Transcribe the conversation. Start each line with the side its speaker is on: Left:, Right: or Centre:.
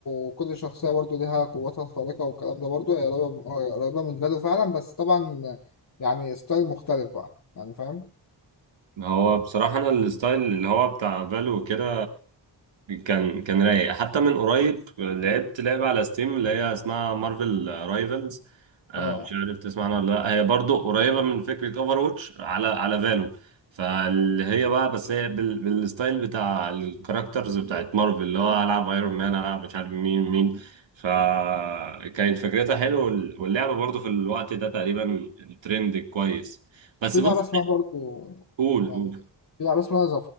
Left: وكل شخصية برضو ليها قوتها الخارقة والكلام ده برضو هي قريبة قريبة من فالو فعلا بس طبعا يعني ستايل مختلف بقى يعني فاهم
Right: هو بصراحة أنا الستايل اللي هو بتاع فالو كده كان كان رايق حتى من قريب لعبت لعبة على ستيم اللي هي اسمها مارفل رايفلز مش
Left: اه آه.
Right: عارف تسمع عنها ولا لأ هي برضو قريبة من فكرة اوفر واتش على على فالو فاللي هي بقى بس هي بال... بالستايل بتاع الكاركترز بتاعت مارفل اللي هو ألعب ايرون مان ألعب مش عارف مين مين فكانت فكرتها حلوة وال- واللعبة برضو في الوقت ده تقريبا ترند كويس بس
Left: في
Right: بص
Left: لعبة اسمها برضو
Right: قول
Left: يعني
Right: قول
Left: في لعبة اسمها